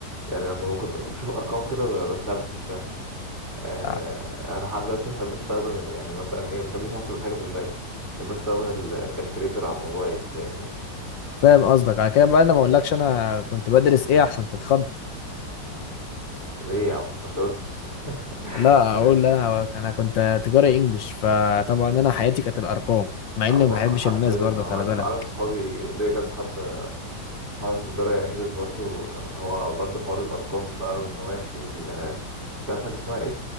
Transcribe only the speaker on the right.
يعني لما كنت بشوف ارقام كده ب- بتلبش فاهم آه
انا لحد دلوقتي بحب استخدم ال- يعني مثلا ايه ما بحبش احسب الحاجه في الماس بحب استخدم الكالكوليتر على الموبايل فاهمني
ليه يا عم ما تقولش <laughs>
آه
هو
ح- حرفيا
أنا
اعرف صحابي ليا كذا حد صحابي في الجرايه انجلش برضو آه، هو برضو حوار الارقام بقى وان هو يحسب ال- آه، مش عارف حاجه اسمها ايه